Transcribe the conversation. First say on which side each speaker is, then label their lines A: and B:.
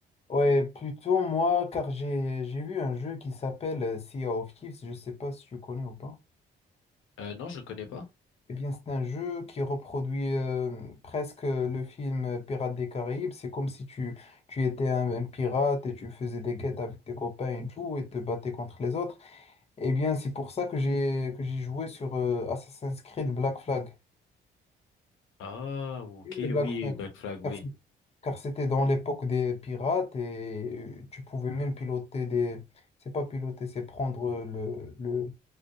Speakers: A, on the left (about 30°); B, on the left (about 85°).
A: Ouais, plutôt moi, car j'ai j'ai vu un jeu qui s'appelle euh, Sea of Thieves, je sais pas si tu connais ou pas.
B: Euh, non, je connais pas.
A: Eh bien, c'est un jeu qui reproduit euh, presque le film euh, Pirates des Caraïbes. C'est comme si tu, tu étais un, un pirate et tu faisais des quêtes avec tes copains et tout, et te battais contre les autres. Eh bien, c'est pour ça que j'ai que j'ai joué sur euh, Assassin's Creed Black Flag.
B: Ah, ok,
A: Oui, le Black
B: oui,
A: Flag.
B: Black Flag, oui.
A: Car c'est- car c'était dans l'époque des pirates et euh, tu pouvais même piloter des... C'est pas piloter, c'est prendre euh, le, le,